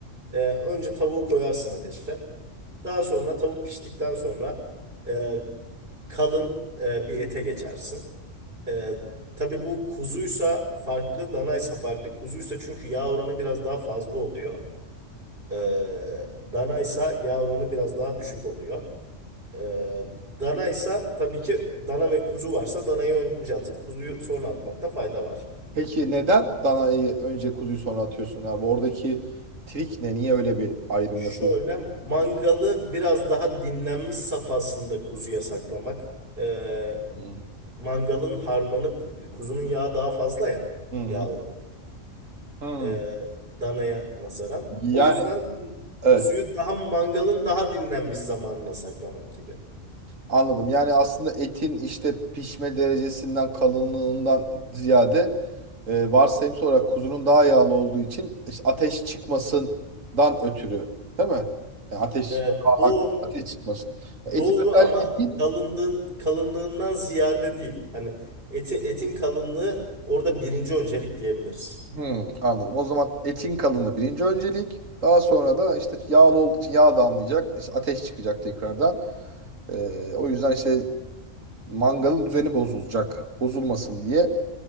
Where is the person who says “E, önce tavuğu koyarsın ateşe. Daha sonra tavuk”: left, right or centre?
Right